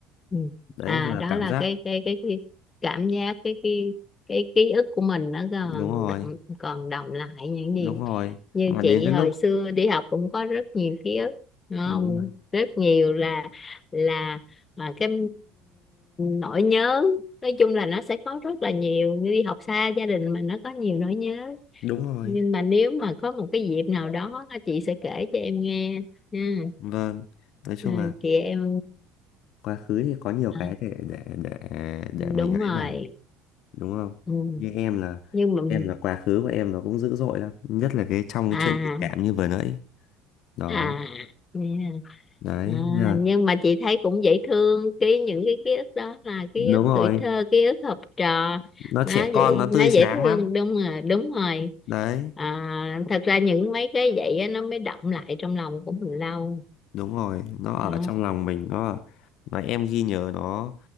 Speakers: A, on the left; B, on the left.
A: Ừ.
B: đấy
A: à
B: và
A: đó
B: cảm
A: là
B: giác
A: cái cái cái, cái cảm giác cái cái cái ký ức của mình nó còn
B: đúng rồi
A: đọng còn đọng lại những gì
B: đúng rồi
A: như
B: mà đến
A: chị
B: cái
A: hồi
B: lúc
A: xưa đi học cũng có rất nhiều ký ức đúng không
B: đúng rồi
A: rất nhiều là là mà cái nỗi nhớ nói chung là nó sẽ có rất là nhiều như đi học xa gia đình mà nó có nhiều nỗi nhớ
B: đúng rồi
A: nhưng mà nếu mà có một cái dịp nào đó chị sẽ kể cho em nghe nha
B: vâng nói chung
A: ừ,
B: là
A: chị em
B: quá khứ thì có nhiều cái
A: à,
B: để để để để
A: đúng
B: mình ấy
A: rồi
B: mà đúng không
A: ừ.
B: như em là
A: nhưng mà
B: em là quá khứ của em nó cũng dữ dội lắm nhất là cái trong
A: à
B: cái chuyện tình cảm như vừa nãy đó
A: à nè.
B: đấy
A: à,
B: là
A: nhưng mà chị thấy cũng dễ thương cái những cái ký ức đó là ký
B: đúng
A: ức
B: rồi
A: tuổi thơ ký ức học trò
B: nó trẻ
A: nó
B: con
A: dễ
B: nó tươi
A: nó dễ
B: sáng
A: thương
B: lắm
A: đúng rồi đúng rồi
B: đấy
A: à, thật ra những mấy cái vậy á, nó mới đọng lại trong lòng của mình lâu
B: đúng rồi nó ở
A: đó
B: trong lòng mình nó mà em ghi nhớ nó